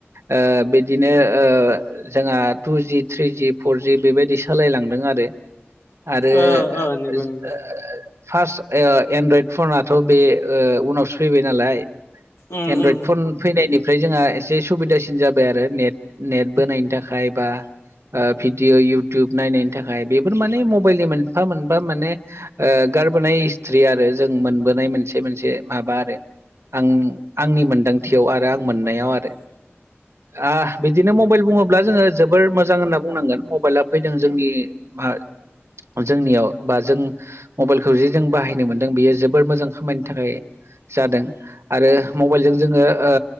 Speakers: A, on the right; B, on the left.
A: ओ बिदिनो ओ जोंहा टुजि थ्रिजि फरजि बेबायदि सालायलांदों आरो आरो
B: ओ ओ नंगौ
A: <unintelligible>
B: नंगौ
A: फार्स्ट ओ एनड्रयड फनाथ' बे ओ उनावसो फैबाय नालाय
B: उम
A: एनदरायड
B: उम
A: फन फैनायनिफ्राय जोंहा एसे सुबिदासिन जाबाय आरो नेट नेट बोनायनि थाखाय बा ओ भिदिअ इउटुब नायनायनि थाखाय बेफोर माने मबाइलनि मोनफा मोनफा माने ओ गारबोनाय हिस्थ्रि आरो जों मोनबोनाय मोनसे मोनसे माबा आरो आं आंनि मोनदांथियाव आरो आं मोननायाव आरो आ बिदिनो मबाइल बुङोब्ला जोङो जोबोर मोजां होनना बुंनांगोन मबाइला फैदों जोंनि बा जोंनियाव बा जों मबाइलखौ जे जों बाहायनो मोन्दों बियो जोबोर मोजां खामानिनि थाखाय जादों आरो मबाइलजों जोङो ओ